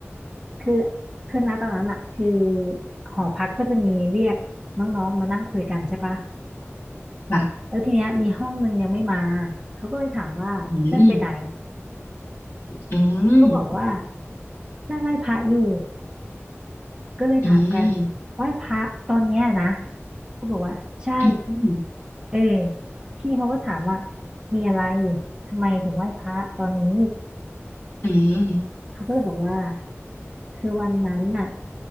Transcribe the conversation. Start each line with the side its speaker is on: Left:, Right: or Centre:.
Right: คือคือณตอนนั้นอะคือหอพักก็จะมีเรียกน้องๆมานั่งคุยกันใช่ปะ
Left: ค่ะ
Right: แล้วทีเนี้ยมีห้องนึงยังไม่มาเขาก็เลยถามว่าเพื่อนไปไหน
Left: อืมอืม
Right: ก็บอกว่าเพื่อนไหว้พระอยู่ก็เลยถามกันไหว้พระตอนเนี้ยนะ
Left: อืม
Right: ก็บอกว่าใช่
Left: อืม
Right: เออพี่เขาก็ถามว่ามีอะไรทำไมถึงไหว้พระตอนนี้
Left: อืม
Right: เขาก็เลยบอกว่าคือวันนั้นน่ะ